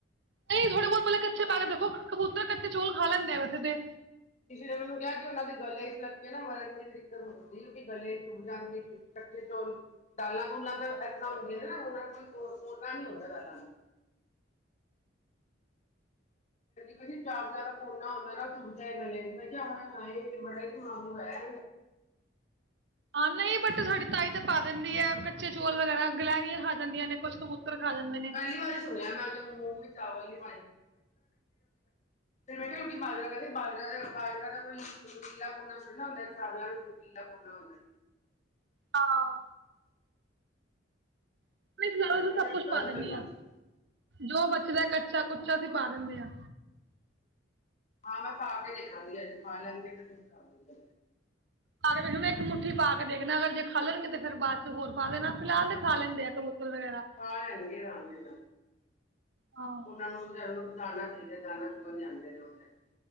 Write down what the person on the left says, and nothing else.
ਕਿਸ ਨੇ ਮੈਨੂੰ ਕਿਹਾ ਕਿ ਉਹਨਾਂ ਦੇ ਗਲੇ ਇਸ ਲੱਕੇ ਨਾ ਮਰਨ ਦੀ ਵੀ ਦਿੱਕਤ ਹੋ ਜਾਂਦੀ ਹੈ ਕਿਉਂਕਿ ਗੱਲ ਚੁੱਗ ਜਾਂਣ ਦੀ ਕੱਚੇ ਚੋਲ ਦਾਲਾਂ ਬੂਲਾਂ ਤਾਂ ਇਸ ਤਰ੍ਹਾਂ ਹੁੰਦੀਆਂ ਨੇ ਨਾ ਉਹਨਾਂ ਨਾਲ ਕੋਈ ਤ ਤੋਰਨਾ ਨਹੀਂ ਹੁੰਦਾ ਗਾਲਾਂ ਦਾ। ਕਹਿੰ ਜਾਾਬਲਾ ਤਾਂ ਕੋਨਾ ਹਦਾ ਨਾ ਦੁਬ ਜਾ ਗਲੇ ਮੈਂ ਕਿਹਾ ਹ ਹਾ ਬੜਾ ਹੀ ਮਲ ਆਇਆ
ਪਹਿਲੀ ਵਾਰੀ ਸੁਣਿਆ ਮੈਂ ਉਹ ਮਮੋ ਵੀ ਚਾਵਲ <unintelligible> ਫਿਰ ਮੈਂ ਕਿਹਾ ਲੋਕੀ ਬਾਜਰਾ ਕਹਿੰਦੇ ਬਾਜਰਾ ਲਿਆਓ। ਬਾਜਰਾ ਦਾ ਕੋਈ ਨਕੀਲਾ ਕੋਨਾ ਥੋੜੀ ਨਾ ਹੁੰਦਾ ਚਾਵਲਾਂ ਵਿੱਚ ਨਕੀਲਾ ਕੋਨਾ ਹੁੰਦਾ।
ਮੈਂ
ਕਿਹਾ
ਗਲਤ
ਲੋਜਿਕ
ਹਾਂ ਮੈਂ ਪਾ ਕੇ ਦੇਖਾਂਗੀ ਅੱਜ ਖਾ ਲੈਗੇ ਤੇ ਫਿਰਾਂਗਾ
ਖਾ ਲੈਗੇ ਰਾਂਗੇ ਦਾ
ਉਹਨਾਂ ਨੂੰ ਵਿਚਾਰਿਆ ਨੂੰ ਜਾਨਾ ਚਾਹੀਦਾ <unintelligible>